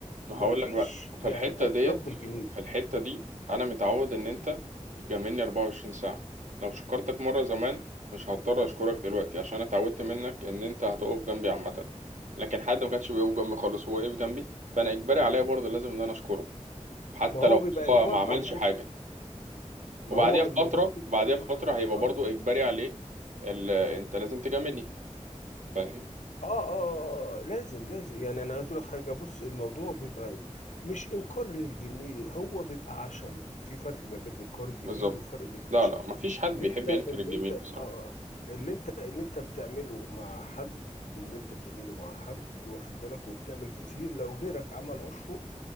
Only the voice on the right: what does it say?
ما
هقول لك بقى في
الحتة
ديت
في الحتة دي انا متعود ان انت تجاملني 24 ساعة لو شكرتك مرة زمان مش هضطر اشكرك دلوقتي عشان أنا اتعودت منك ان انت هتقف جنبي عامة لكن حد ما كانش بيقف جنبي خالص هو وقف جنبي فانا اجباري عليا برضه لازم ان انا اشكره حتى
لو
هو
ما عملش
حاجة
وبعديها
بفترة
بعديها
بفترة
هيبقى
برضه اجباري عليه ال... انت لازم تجاملني فاهم
بالظبط
لا لا مفيش حد
بيحب
ينكر
الجميل
بصراحة